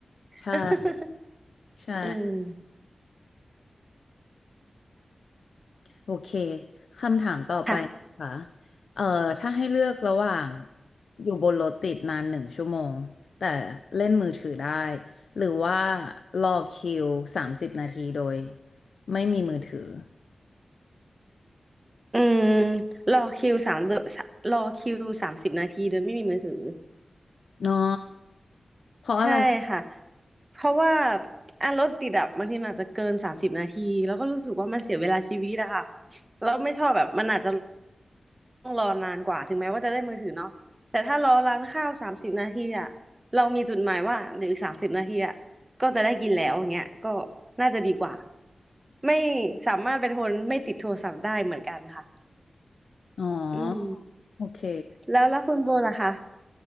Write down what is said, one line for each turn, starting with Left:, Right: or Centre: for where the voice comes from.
Left: ใช่
Right: <laughs>
Left: ใช่
Right: อืม
Left: โอเค คำถามต่อไปค่ะ
Right: ค่ะ
Left: เอ่อถ้าให้เลือกระหว่างอยู่บนรถติดนานหนึ่งชั่วโมงแต่เล่นมือถือได้ หรือว่ารอคิวสามสิบนาทีโดยไม่มีมือถือ
Right: อืมรอคิวสามเดอนรอคิวสามสิบนาทีโดยไม่มีมือถือ
Left: เนาะเพราะอะไร
Right: ใช่ค่ะเพราะว่าอ่ะรถติดอะบางทีมันอาจจะเกินสามสิบนาทีแล้วก็รู้สึกว่ามันเสียเวลาชีวิตอะค่ะแล้วไม่ชอบแบบมันอาจจะ ต้องรอนานกว่าถึงแม้ว่าจะได้มือถือเนาะแต่ถ้ารอร้านข้าวสามสิบนาทีอะเรามีจุดหมายว่าเดี๋ยวอีกสามสิบนาทีอะก็จะได้กินแล้วอย่างเงี้ยก็น่าจะดีกว่าไม่สามารถเป็นคนไม่ติดโทรศัพท์ได้เหมือนกันค่ะ
Left: อ๋อ
Right: <laughs> อืม
Left: โอเค
Right: แล้วแล้วคุณโบล่ะคะ